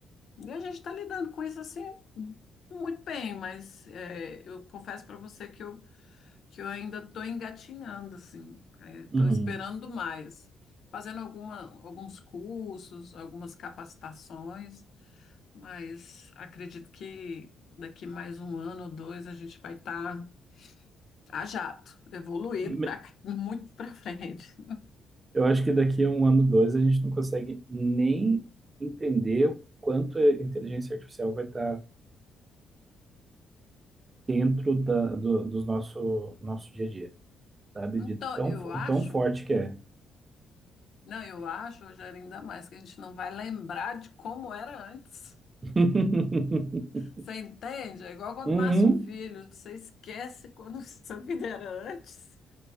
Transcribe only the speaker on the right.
uhum.
Me-
Eu acho que daqui a um ano, dois, a gente não consegue nem entender o quanto a inteligência artificial vai estar dentro da, do, do nosso, nosso dia a dia, sabe?
De tão,
fo-
tão forte que é.
<laughs>
Uhum.